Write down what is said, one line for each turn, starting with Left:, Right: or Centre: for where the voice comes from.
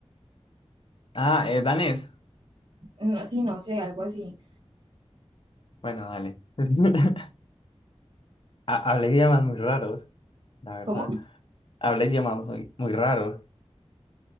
Left: Ah, eh, danés.
Right: no, sí, no sé, algo así.
Left: Bueno, dale. <laughs> Ha- Habla idiomas muy raros, la verdad.
Right: ¿Cómo?
Left: Habla idiomas muy, muy raros.